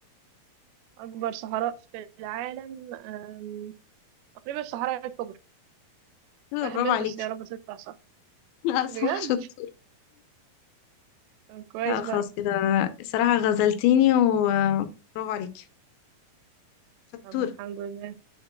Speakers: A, on the right (about 85°); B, on the left (about 80°).
A: أكبر صحراء في العالم أم، تقريبا الصحراء الكبرى
B: شطورة،
A: فهبت
B: برافو عليكي
A: بس يا رب تطلع صح
B: <laughs> لا صح
A: بجد
B: شطورة
A: طب كويس
B: لا خلاص
A: بقى
B: كده الصراحة غزلتيني وبرافو عليكي فاتورة
A: طب الحمد لله